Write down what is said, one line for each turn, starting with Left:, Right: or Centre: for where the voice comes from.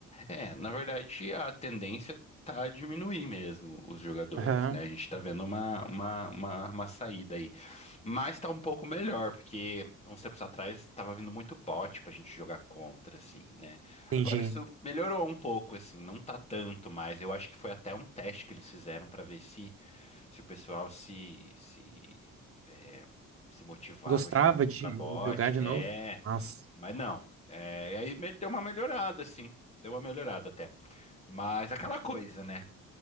Left: É, na verdade, a tendência tá a diminuir mesmo os jogadores,
Right: Aham,
Left: né? A gente tá vendo uma, uma, uma, uma saída aí. Mas tá um pouco melhor, porque uns tempos atrás tava vindo muito bot pra gente jogar contra, assim, né?
Right: entendi.
Left: Agora isso melhorou um pouco, assim, não tá tanto mais. Eu acho que foi até um teste que eles fizeram pra ver se, se o pessoal se, se, é, se motivava
Right: Gostava
Left: a jogar contra
Right: de
Left: bot.
Right: jogar de
Left: É.
Right: novo? Nossa.
Left: Mas não, é, e aí me- deu uma melhorada, assim. Deu uma melhorada até. Mas aquela coisa, né?